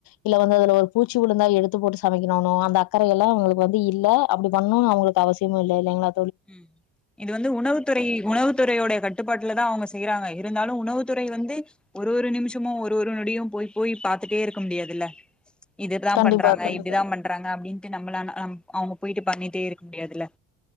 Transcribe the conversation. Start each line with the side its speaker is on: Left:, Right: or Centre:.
Left: இல்ல வந்து அதுல ஒரு பூச் ச்சி விழுந்தா எடுத்து போட்டு சமைக்கணுனு அந்த அக்கறயெல்லா அவ்ங்களுக்கு வந்து இல்ல அப்டி பண்ணுனு அவ்ங்களுக்கு அவசியமு இல்ல இல்லைங்ளா
Centre: உம் இது வந்து உணவுத்துறை உணவு துறையோடைய கட்டுப்பாட்ல தா அவ்ங்க செய்றாங்க இருந்தாலு உணவுத்துறை வந்து ஒரு ஒரு நிம்ஷமு ஒரு ஒரு நொடியு போய் போய் பாத்துட்டே இருக்க முடியாதுல்ல இதுதான்
Left: கண்டிப்பா
Centre: பண்றாங்க
Left: கண்டிப்பா.
Centre: இப்படிதான் பண்றாங்க அப்படின்ட்டு நம்மள அவங்க போயிட்டு பண்ணிட்டே இருக்க முடியாதுல